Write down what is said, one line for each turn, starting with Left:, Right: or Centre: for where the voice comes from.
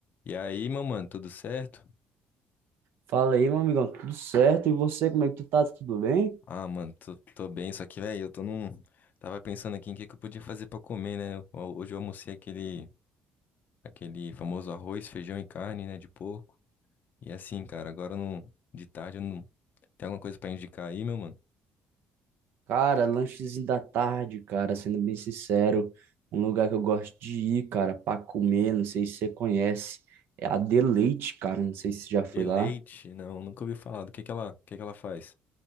Left: E aí, meu mano, tudo certo?
Right: Fala aí, meu amigão, tudo certo? E você, como é que tu tá? Tudo bem?
Left: Ah, mano, tô, tô bem, só que, velho, eu tô num. Tava pensando aqui em que que eu podia fazer pra comer, né? Eu- Hoje eu almocei aquele, aquele famoso arroz, feijão e carne, né, de porco. E assim, cara, agora não, de tarde eu não. Tem alguma coisa pra indicar aí, meu mano?
Right: Cara, lanchezinho da tarde, cara, sendo bem sincero, um lugar que eu gosto de ir, cara, pra comer, não sei se você conhece, é a Deleite, cara, não sei se você já foi
Left: Eleite?
Right: lá.
Left: Não, nunca ouvi falar. Do que que ela, que que ela faz?